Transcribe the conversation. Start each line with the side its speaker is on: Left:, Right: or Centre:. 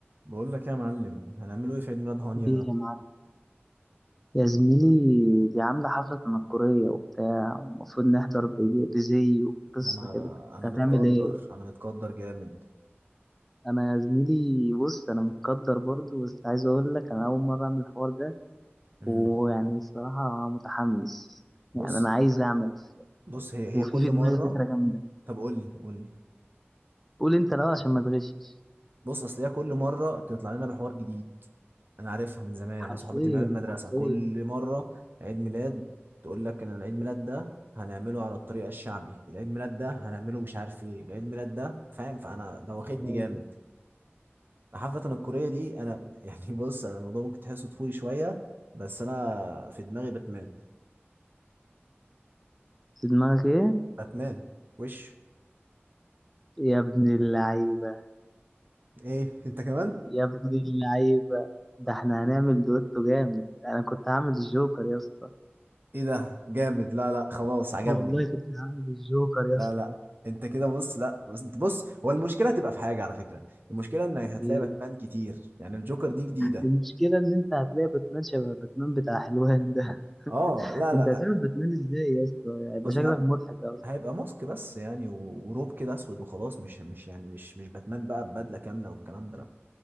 Right: بقول لك يا معلم هنعمله ايه في عيد ميلاد هانيا
Centre: ايه
Right: ده
Centre: يا معلم يا زميلي دي عاملة حفلة تنكرية وبتاع ومفروض نحضر ب- بزي وقصة
Right: ما انا
Centre: كده انت
Right: انا متقدر
Centre: هتعمل ايه؟
Right: انا متقدر جامد
Centre: انا يا زميلي بص انا متقدر برضو بس عايز اقول لك انا اول مرة اعمل الحوار ده
Right: امم
Centre: ويعني الصراحة متحمس
Right: بص
Centre: يعني انا عايز اعمل حاجة
Right: بص هي هي
Centre: وفي
Right: كل
Centre: في دماغي
Right: مره
Centre: فكرة جامدة
Right: طب قول لي قول لي
Centre: قول انت الاول عشان ما تغشش
Right: بص اصل هي كل مره تطلع لنا بحوار جديد انا عارفها من زمان يعني
Centre: حرفيا
Right: صحابتي من ايام المدرسه
Centre: حرفيا
Right: كل مره عيد ميلاد تقول لك ان العيد ميلاد ده هنعمله على الطريقه الشعبي العيد ميلاد ده هنعمله مش عارف ايه العيد ميلاد ده فاهم فانا دوختني
Centre: آه.
Right: جامد حفلة الكورية دي أنا <laughs> يعني بص أنا الموضوع ممكن تحسه طفولي شوية بس أنا في دماغي باتمان
Centre: في دماغك ايه؟
Right: باتمان وش
Centre: يا ابن اللعيبة
Right: إيه أنت كمان؟
Centre: يا ابن اللعيبة ده احنا هنعمل دويتو جامد انا كنت هعمل الجوكر يا اسطى
Right: إيه ده جامد لا لا خلاص عجبني
Centre: والله كنت هعمل الجوكر يا
Right: لا
Centre: اسطى
Right: لا أنت كده بص لا بص أنت بص هو المشكلة هتبقى في حاجة على فكرة المشكلة إنك هتلاقي
Centre: ايه
Right: باتمان كتير يعني الجوكر دي جديدة
Centre: المشكلة ان انت هتلاقي باتمان شبه باتمان بتاع حلوان ده <laughs>
Right: أه لا
Centre: انت
Right: لا
Centre: هتعمل باتمان ازاي يا اسطى هيبقى
Right: بص
Centre: شكلك
Right: يا عم
Centre: مضحك اوي
Right: هيبقى ماسك بس يعني و- وروب كده أسود وخلاص مش مش يعني مش مش باتمان بقى ببدلة كاملة والكلام ده